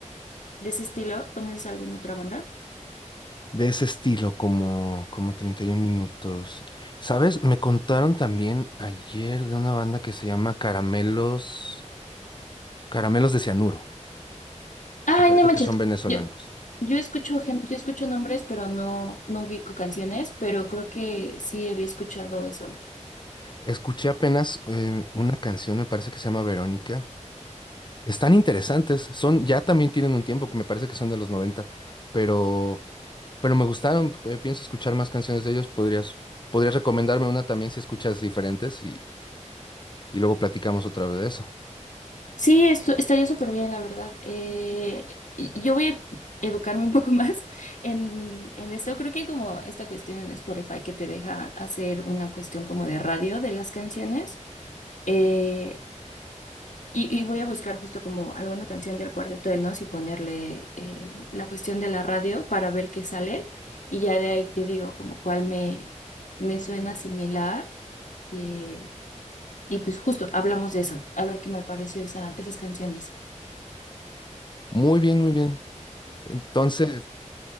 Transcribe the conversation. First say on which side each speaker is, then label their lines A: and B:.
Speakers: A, on the left; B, on the left.
A: de ese estilo, ¿conoces alguna otra banda?
B: De ese estilo, como, como 31 minutos. ¿Sabes? Me contaron también ayer de una banda que se llama Caramelos, Caramelos de Cianuro.
A: Ay,
B: Me parece
A: no manches,
B: que son venezolanos.
A: yo, yo escucho gen- yo escucho nombres, pero no, no ubico canciones, pero creo que sí había escuchado eso.
B: Escuché apenas eh, una canción, me parece que se llama Verónica. Están interesantes. Son, ya también tienen un tiempo, me parece que son de los 90, pero Pero me gustaron, eh, pienso escuchar más canciones de ellos. Podrías, podrías recomendarme una también si escuchas diferentes y, y luego platicamos otra vez de eso.
A: Sí, esto, estaría súper bien, la verdad. Eh, y- yo voy a educarme un poco <laughs> más en, en esto. Creo que hay como esta cuestión en Spotify que te deja hacer una cuestión como de radio de las canciones. Eh, y, y voy a buscar justo como alguna canción del Cuarteto de Nos y ponerle eh, la cuestión de la radio para ver qué sale. Y ya de ahí te digo como cuál me, me suena similar. Eh, y pues justo hablamos de eso, a ver qué me pareció esa, esas canciones.
B: Muy bien, muy bien. Entonces,